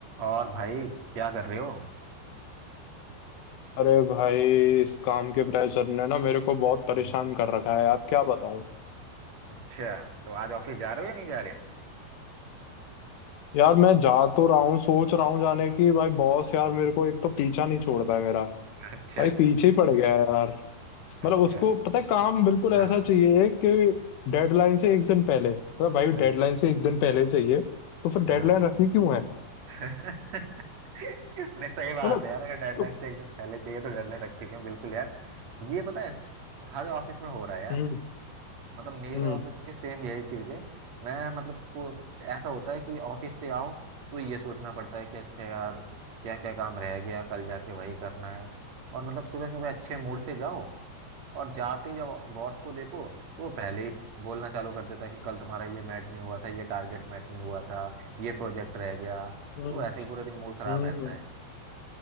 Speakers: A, on the right; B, on the left.
A: और भाई क्या कर रहे हो
B: अरे भाई इस काम के प्रेशर ने ना मेरे को बहुत परेशान
A: हम्म,
B: कर रखा है यार क्या बताऊं
A: अच्छा तो आज ऑफिस जा रहे हो या नहीं जा रहे
B: यार मैं जा तो रहा हूँ सोच रहा हूँ जाने की भाई बॉस यार
A: हाँ
B: मेरे को एक तो पीछा नहीं छोड़ता है मेरा
A: अच्छा
B: भाई पीछे ही पड़ गया है यार
A: अच्छा
B: मतलब उसको पता है काम बिल्कुल ऐसा
A: हाँ
B: चाहिए कि डेडलाइन से एक दिन पहले मतलब भाई डेडलाइन
A: अच्छा
B: से एक दिन पहले चाहिए तो फिर डेडलाइन
A: हाँ
B: रखी क्यों है
A: <laughs> नहीं सही बात
B: मतलब
A: है यार अगर डेडलाइन
B: तो
A: से एक दिन पहले चाहिए तो डेडलाइन रखी क्यों बिल्कुल यार ये पता है हर ऑफिस में हो रहा है यार
B: हम्म
A: मतलब मेरे
B: हम्म
A: ऑफिस में भी सेम यही चीज है मैं मतलब पू- ऐसा होता है कि ऑफिस से आओ तो ये सोचना पड़ता है कि अच्छा यार क्या क्या काम रह गया कल जाके वही करना है और मतलब सुबह सुबह अच्छे मूड से जाओ और जाते ही जब बॉस को देखो तो वो पहले ही बोलना चालू कर देता है कि कल तुम्हारा ये मैट नहीं हुआ था ये टारगेट मैट नहीं हुआ था ये प्रोजेक्ट रह गया
B: हम्म
A: तो ऐसे ही पूरा दिन मूड खराब
B: हम्म
A: रहता है